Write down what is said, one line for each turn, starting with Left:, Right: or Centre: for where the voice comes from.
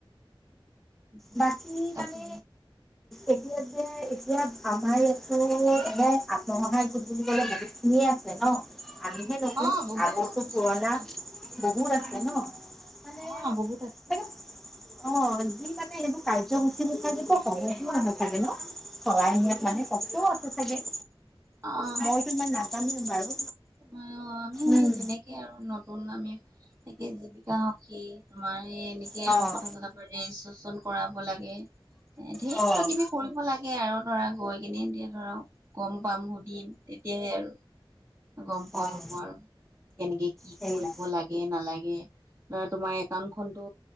Right: কি হয়
Centre: বাকী
Right: তাকে
Centre: মানে এতিয়া যে এতিয়া আমাৰ ইয়াতো মানে আত্মসহায়োধ বুলিবলে ভাবি চিয় আছে ন আমিহে নতুন
Right: অ বহুত
Centre: আগো
Right: আছে
Centre: পুৰণা
Right: বহুত আছে
Centre: বহুত আছে ন। মানে
Right: অ, বহুত আছে।
Centre: চাগে অ, যি মানে সেইবোৰ কাৰ্যসূচী নো থাকে বা ক'ব নাথাকে ন। সিয়ত মানে কস্ত আছে চাগে।
Right: অ',
Centre: মইতো ইমান নাজানো বাৰু
Right: অ', আমিও
Centre: উম
Right: সেই তেনেকে আৰু নতুন আমি এনেকে জীৱিকা সখী আমাৰ এই এনেকে
Centre: অ',
Right: আৰু কথা, চতা ৰেজিষ্ট্ৰেশচন কৰাব লাগে এ, ধেৰ
Centre: অ',
Right: কিবা, কিবি কৰিব লাগে আৰু ধৰা গৈ কিনেতিয়া ধৰক গম পাম সুধিম তেতিয়াহে আৰু গম
Centre: অ',
Right: পোৱা হ'ব আৰু কেনেকে কি
Centre: সেইয়া।
Right: কৰিব লাগে, নালাগে ধৰা তোমাৰ একাউন্ট খনতো